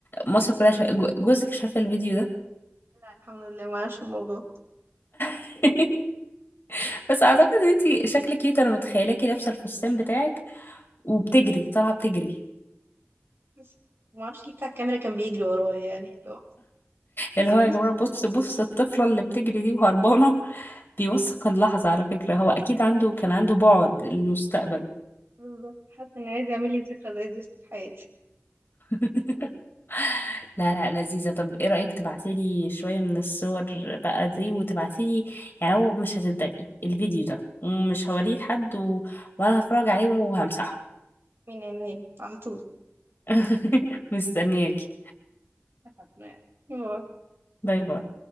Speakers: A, on the left; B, on the right.
A: مصر كلها شا... جو- جوزك شاف الفيديو ده
B: لا الحمد لله ما اعرفش الموضوع
A: <laughs> بس اعتقد ان انتي شكلك كيوت انا متخيلاكي لابسة الفستان بتاعك وبتجري طالعة بتجري
B: بس ما اعرفش ليه بتاع الكاميرا كان بيجري ورايا يعني اللي هو <laughs>
A: اللي هو يا جماعة بص بص الطفلة اللي بتجري دي وهربانة بيوثق اللحظة على فكرة هو أكيد عنده كان عنده بعد المستقبل
B: بالظبط حاسه ان عايز يعمل لي ذكرى زي دي في حياتي
A: <laughs> لا لا لذيذة طب إيه رأيك تبعتيلي شوية من الصور بقى دي وتبعتيلي يعني لو مش هتتضايقي الفيديو ده ومش هوريه لحد و... وأنا هتفرج عليه وهمسحه
B: من عينيا على طول
A: <laughs> مستنياكي
B: اتفقنا يعني. باي.
A: باي باي